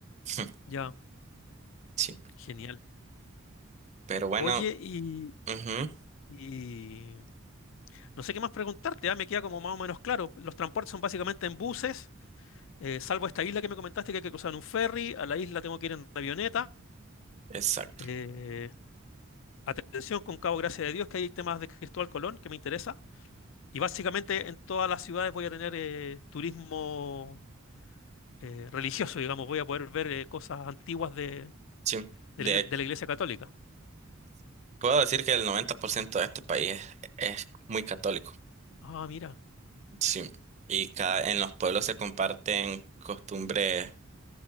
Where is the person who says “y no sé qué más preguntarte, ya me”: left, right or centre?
Left